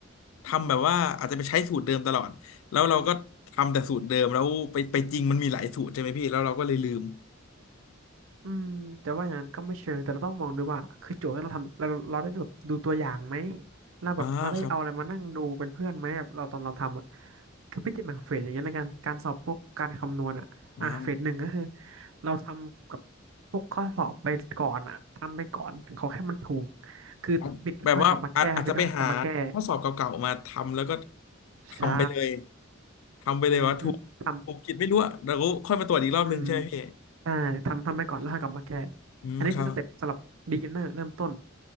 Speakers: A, on the left (about 80°); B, on the right (about 75°).
A: ทำแบบว่าอาจจะไปใช้สูตรเดิมตลอดแล้วเราก็ทำแต่สูตรเดิมแล้วไปไปจริงมันมีหลายสูตรใช่ไหมพี่แล้วเราก็เลยลืม
B: อืมจะว่าอย่างนั้นก็ไม่เชิงแต่เราต้องมองด้วยว่าคือโจทย์ที่เราทำเราเราได้แบบดูตัวอย่างไหมเราแบบเราได้เอาอะไรมานั่งดูเป็นเพื่อนไหมแบบเราตอนเราทำอะ
A: อ่าครับ
B: คือพิจิตรแบ่งเฟสอย่างเงี้ยแล้วกันการสอบพวกการคำนวณอ่ะอ่ะเฟสหนึ่งก็คือ
A: อ่า
B: เราทำกับพวกข้อสอบไปก่อนอ่ะทำไปก่อนขอแค่มันถูกคือผิดก็ค่อยกลับมาแก้ผิดก็ค่อยกลับมาแก้
A: เอาแบบว่าอาจอาจจะไปหาข้อสอบเก่าๆมาทำแล้วก็ทำไปเลย
B: ใช่
A: ทำไปเลยว่าถูกถูกผิดไม่รู้อะแล้วก็ค่อยมาตรวจอีกรอบหนึ่งใช่ไหมพี่
B: อือฮึทำอืม ใช่ทำทำไปก่อนแล้วค่อยกลับมาแก้
A: อืมครับ
B: อันนี้คือสเต็ปสำหรับ beginner เริ่มต้น